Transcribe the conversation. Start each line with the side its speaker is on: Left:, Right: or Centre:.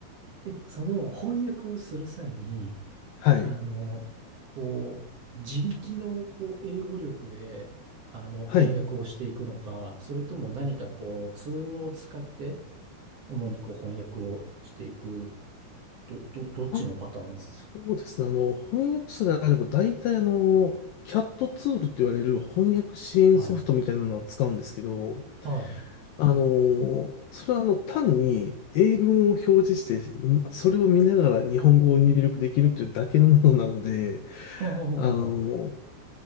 Right: え、その翻訳をする際に、
Left: はい。
Right: あの、こう、自力のこう英語力で、あの、翻訳をしていくのか、
Left: はい。
Right: それとも何かこう、ツールを使って、主にこう、翻訳をしていく、ど、ど、どっちのパターンなんですか
Left: あ、そうですね。あの、翻訳者であれば、大体あの、キャットツールって言われる翻訳支援ソフトみたいなのを使うんですけど、
Right: はい。はい。
Left: あの、それはあの、単に英文を表示して、に、それを見ながら日本語を入力できるというだけのものなので、
Right: ああ、
Left: あの、
Right: あ